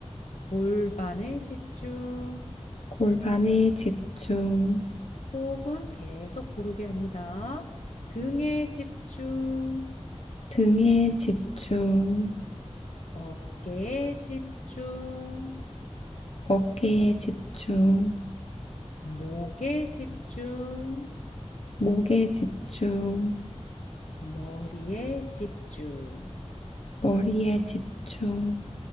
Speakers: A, on the left (about 80°); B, on the left (about 60°).
A: 골반에 집중.
B: 골반에 집중,
A: 호흡은 계속 고르게 합니다. 등에 집중.
B: 등에 집중,
A: 어깨에 집중,
B: 어깨에 집중,
A: 목에 집중,
B: 목에 집중,
A: 머리에 집중.
B: 머리에 집중.